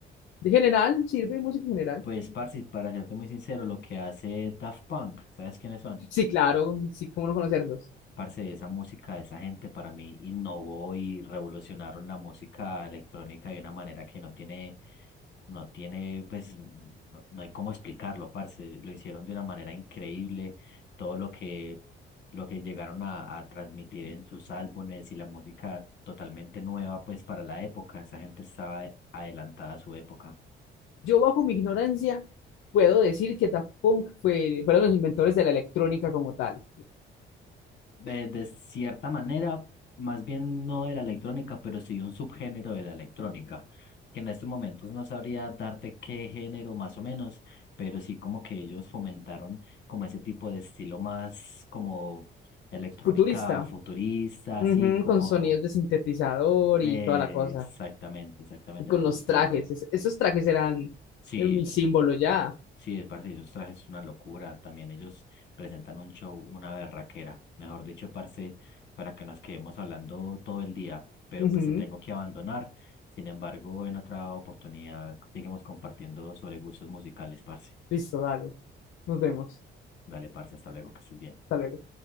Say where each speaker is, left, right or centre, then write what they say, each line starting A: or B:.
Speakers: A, on the left (about 80°); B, on the left (about 60°).
A: De general, sirve de música en general.
B: Pues, parce, para serte muy sincero, lo que hace Daft Punk, ¿sabes quiénes son?
A: Sí, claro, sí, cómo no conocerlos.
B: Parce, esa música de esa gente para mí innovó y revolucionaron la música electrónica de una manera que no tiene No tiene, pues, no, no hay cómo explicarlo, parce. Lo hicieron de una manera increíble. Todo lo que, lo que llegaron a, a transmitir en sus álbumes y la música totalmente nueva, pues, para la época. Esa gente estaba adelantada a su época.
A: Yo bajo mi ignorancia puedo decir que Daft Punk fue, fueron los inventores de la electrónica como tal.
B: De, de cierta manera, más bien no de la electrónica, pero sí de un subgénero de la electrónica, que en estos momentos no sabría darte qué género más o menos, pero sí como que ellos fomentaron como ese tipo de estilo más como electrónica
A: Futurista,
B: futurista,
A: ujú,
B: así como...
A: con sonidos de sintetizador
B: eh,
A: y toda la cosa.
B: exactamente, exactamente,
A: Y con
B: por
A: los
B: eso te
A: trajes,
B: digo.
A: es- esos trajes eran
B: Sí,
A: eh, mi símbolo ya.
B: Sí, es parce, esos trajes es una locura. También ellos presentan un show, una berraquera. Mejor dicho, parce, para que nos quedemos hablando todo el día. Pero
A: Ujú,
B: pues te tengo que abandonar. Sin embargo, en otra oportunidad seguimos compartiendo sobre gustos musicales, parce.
A: Listo, dale. Nos vemos.
B: Dale, parce, hasta luego, que estés bien.
A: Hasta luego.